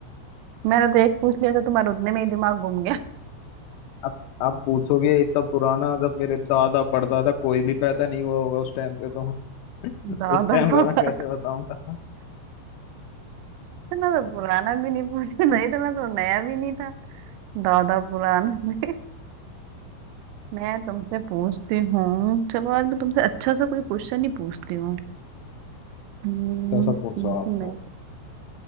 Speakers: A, on the right; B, on the left.
A: मैंने तो एक पूछ लिया था तुम्हारे उतने में ही दिमाग घूम गया
B: आप आप पूछोगे इतना पुराना जब मेरे दादा परदादा कोई भी पैदा नहीं हुआ होगा उस टाइम पे तो <laughs>
A: <laughs> ज्यादा
B: उस टाइम का
A: पता
B: मैं कैसे बताऊंगा <laughs>
A: इतना तो पुराना भी नहीं पूछा था इतना तो नया भी नहीं था दादा पुराना भी मैं तुमसे पूछती हूँ चलो आज मैं तुमसे अच्छा सा कोई क्वेश्चन ही पूछती हूँ हम्म,
B: तो सब पूछो
A: जैसे
B: आप
A: मैं